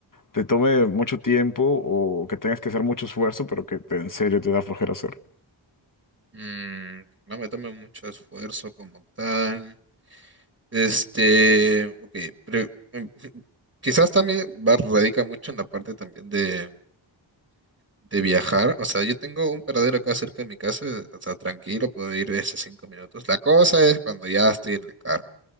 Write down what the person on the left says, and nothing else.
te tome mucho tiempo o que tengas que hacer mucho esfuerzo, pero que te- en serio te da flojera hacer.